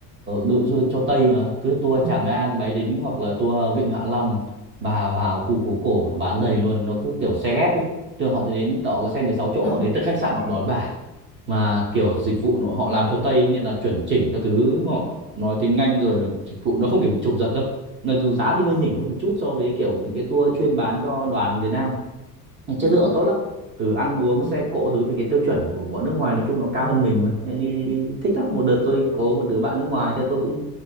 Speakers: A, on the right; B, on the left.
A: đội du lịch cho Tây mà cứ tour
B: Ờ,
A: Tràng An Bái Đính hoặc là tour Vịnh Hạ Long bà vào khu phố cổ nó bán đầy luôn nó cứ kiểu xe ghép ấy thường họ sẽ đến họ có xe đến 6 chỗ
B: ờ,
A: họ đến từ khách sạn họ
B: à,
A: đón bà mà kiểu dịch vụ nó-
B: ừ,
A: họ làm cho Tây ấy, nên là chuẩn chỉnh các thứ họ nói tiếng Anh rồi là dịch vụ nó không kiểu bị chụp giật đâu nên dù giá thì hơi
B: ờ,
A: nhỉnh hơn một chút so với kiểu những cái tour chuyên bán cho đoàn Việt Nam chất
B: ừ,
A: lượng nó tốt lắm từ ăn uống
B: ờ,
A: xe cộ thứ vì cái tiêu chuẩn của bọn nước ngoài nói chung nó cao hơn mình mà đi đi thích lắm một đợt tôi có một đứa bạn nước ngoài thế tôi cũng